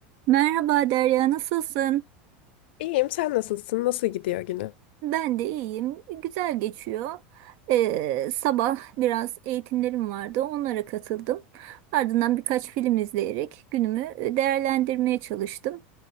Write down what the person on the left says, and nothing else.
İyiyim, sen nasılsın? Nasıl gidiyor günü?